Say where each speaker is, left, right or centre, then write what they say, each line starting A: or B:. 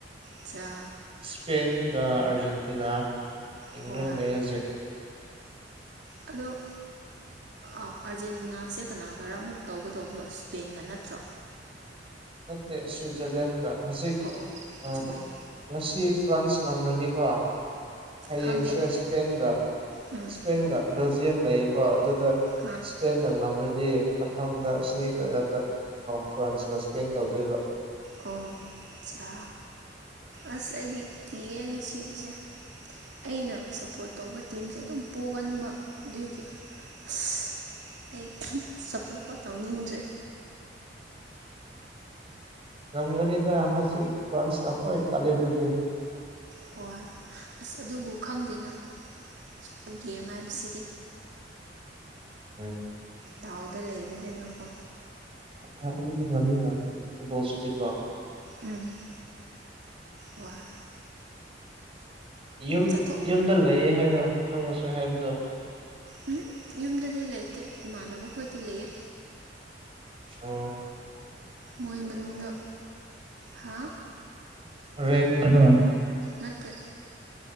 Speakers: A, on the right (about 70°); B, on the right (about 30°).
A: ꯆꯥ
B: ꯁ꯭ꯄꯦꯟꯒ ꯑꯥꯔꯖꯦꯟꯇꯤꯅ ꯍꯤꯡꯂꯒ
A: ꯍꯣꯏ
B: ꯂꯩ ꯍꯧꯖꯤꯛ
A: ꯑꯗꯣ ꯑꯥꯔꯖꯦꯟꯇꯤꯅꯥꯁꯦ ꯀꯅꯥꯒꯔ ꯑꯃꯨꯛ ꯇꯧꯒꯗꯧꯕꯗꯣ ꯁ꯭ꯄꯦꯟꯒ ꯅꯠꯇ꯭ꯔꯣ
B: ꯅꯠꯇꯦ ꯁ꯭ꯋꯤꯠꯖꯔꯂꯦꯟꯒ ꯍꯧꯖꯤꯛ
A: ꯑꯣ ꯑꯣ
B: ꯑ
A: ꯆꯨꯝꯃꯤꯅꯦ
B: ꯉꯁꯤ ꯐ꯭ꯔꯥꯟꯁ ꯉꯝꯔꯅꯤꯀꯣ ꯍꯌꯦꯡꯁꯦ
A: ꯈꯪꯗꯦ
B: ꯏꯁꯄꯦꯟꯒ
A: ꯎꯝ
B: ꯏꯁꯄꯦꯟꯒ ꯕꯦꯜꯖꯤꯌꯝ ꯂꯩꯌꯦꯀꯣ ꯑꯗꯨꯗ
A: ꯑ
B: ꯏꯁꯄꯦꯟꯅ ꯉꯝꯔꯗꯤ ꯃꯊꯪꯗ ꯁꯤꯃꯤ ꯐꯥꯏꯅꯦꯜꯗ ꯐ꯭ꯔꯥꯟꯁꯀ ꯏꯁꯄꯦꯟ ꯇꯧꯗꯣꯏꯕ
A: ꯑꯣ ꯑꯆꯥ ꯑꯁ ꯑꯩꯗꯤ ꯀꯤꯌꯦ ꯉꯁꯤꯒꯤꯁꯦ ꯑꯩꯅ ꯁꯞꯄꯣꯔꯠ ꯇꯧꯕ ꯇꯤꯝꯁꯦ ꯑꯗꯨꯝ ꯄꯣꯛꯒꯟꯕ ꯑꯗꯨꯒꯤ ꯑꯁ ꯑꯩ ꯁꯞꯄꯣꯔꯠꯀ ꯇꯧꯅꯤꯡꯗ꯭ꯔꯦ
B: ꯉꯝꯒꯅꯤꯗ ꯍꯧꯖꯤꯛ ꯐ꯭ꯔꯥꯟꯁꯅ ꯈ꯭ꯋꯥꯏ ꯀꯜꯂꯤꯗꯨꯗꯤ
A: ꯍꯣꯏ ꯑꯁ ꯑꯗꯨꯕꯨ ꯈꯪꯗꯦꯅ ꯑꯁ ꯄꯨꯡ ꯒꯦꯝ ꯍꯥꯏꯕꯁꯤꯗꯤ
B: ꯎꯝ
A: ꯗꯥꯎꯗ ꯂꯩꯕꯅꯤꯅꯀꯣ
B: ꯑꯗꯨꯗꯤ ꯉꯝꯗꯤ ꯉꯝꯗꯦ ꯐꯨꯠꯕꯣꯜꯁꯤꯗꯤꯀꯣ
A: ꯎꯝ ꯍꯣꯏ
B: ꯌꯨꯝ
A: ꯆꯠꯊꯣꯛ
B: ꯌꯨꯝꯗ ꯂꯩꯌꯦ ꯍꯥꯏꯔꯣ ꯅꯪ ꯉꯁꯥꯏ ꯍꯥꯏꯕꯗꯣ
A: ꯎꯝ ꯌꯨꯝꯗꯗꯤ ꯂꯩꯇꯦ ꯏꯃꯥꯟꯅꯕ ꯈꯣꯏꯗ ꯂꯩꯌꯦ
B: ꯑꯣ
A: ꯃꯣꯏ ꯃꯅꯨꯡꯗ ꯍꯥ
B: ꯔꯦꯟꯗꯔꯣ
A: ꯅꯠꯇꯦ